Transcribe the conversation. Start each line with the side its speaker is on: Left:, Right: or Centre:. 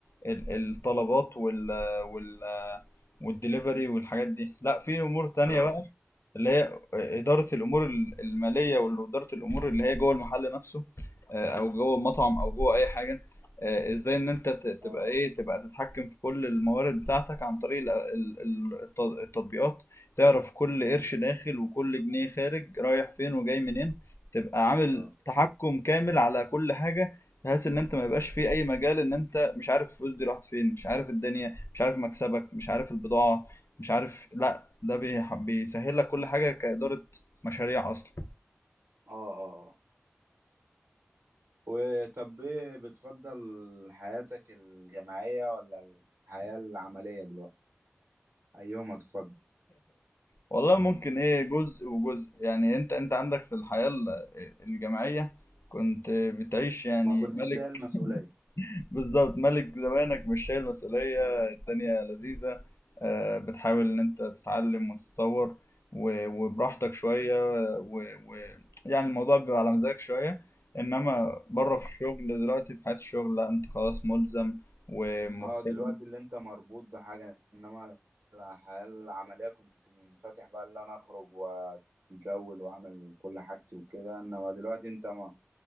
Left: ال- الطلبات وال وال والدليفري والحاجات دي لا في امور تانية
Right: اه
Left: بقى اللي هي إدارة الأمور المالية وإدارة الأمور اللي هي جوه المحل نفسه آه، أو جوه المطعم أو جوه أي حاجة آه، إزاي إن أنت ت- تبقى
Right: اه
Left: إيه تبقى تتحكم في كل الموارد بتاعتك عن طريق ال- ال- ال- التط- التطبيقات تعرف كل قرش داخل وكل جنيه خارج رايح فين وجاي منين تبقى عامل
Right: اه
Left: تحكم كامل على كل حاجة بحيث إن أنت ما يبقاش في أي مجال إن أنت مش عارف الفلوس دي راحت فين مش عارف الدنيا مش عارف مكسبك مش عارف البضاعة مش عارف لا ده بيح- بيسهل لك كل حاجة كإدارة مشاريع أصلا
Right: اه اه اه. وطب ايه بتفضل حياتك الجامعية ولا الحياة العملية دلوقتي أيهما تفضل
Left: والله ممكن إيه جزء وجزء يعني أنت أنت عندك في الحياة ال- الجامعية كنت بتعيش يعني
Right: ما كنتش
Left: ملك
Right: شايل مسؤولية
Left: <laughs> بالظبط ملك زمانك مش شايل مسؤولية
Right: اه
Left: الدنيا لذيذة آه، بتحاول إن أنت تتعلم وتتطور و- وبراحتك شوية ويعني الموضوع بيبقى على مزاجك شوية إنما بره
Right: اه
Left: في الشغل دلوقتي في حياة الشغل لا أنت خلاص ملزم ومضطر
Right: اه دلوقتي اللي انت مربوط بحاجة انما الحياة العملية كنت منفتح بقى اللي انا اخرج واتجول واعمل كل حاجتي وكده انما دلوقتي انت ما